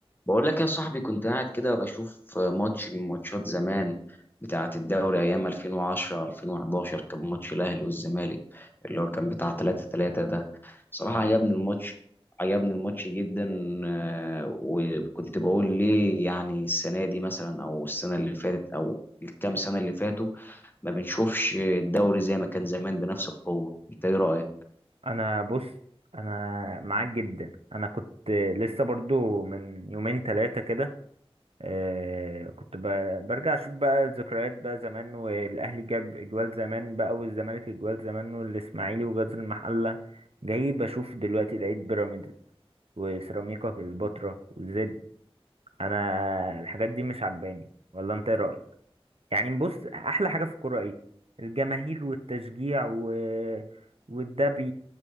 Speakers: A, on the left; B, on the right.
A: بقول لك يا صاحبي كنت قاعد كده بشوف ماتش من ماتشات زمان بتاعة الدوري أيام 2010 2011 كان ماتش الأهلي والزمالك اللي هو كان بتاع 3 3 ده صراحة
B: اه
A: عجبني الماتش عجبني الماتش جدا آه، وكنت بقول ليه يعني السنة دي مثلا أو السنة اللي فاتت أو الكام سنة اللي فاتوا ما بنشوفش الدوري زي ما كان زمان بنفس القوة أنت إيه رأيك؟
B: انا بص انا معاك جدا انا كنت لسه برضو من يومين ثلاثه كده آه كنت ب- برجع اشوف بقى الذكريات بقى زمان والاهلي جاب اجوال زمان بقى والزمالك اجوال زمان والاسماعيلي وغزل المحله جاي بشوف دلوقتي لقيت بيراميدز وسيراميكا كليوباترا وزد انا الحاجات دي مش عجباني ولا انت ايه رايك يعني بص احلى حاجه في الكوره ايه الجماهير والتشجيع و... وده بي...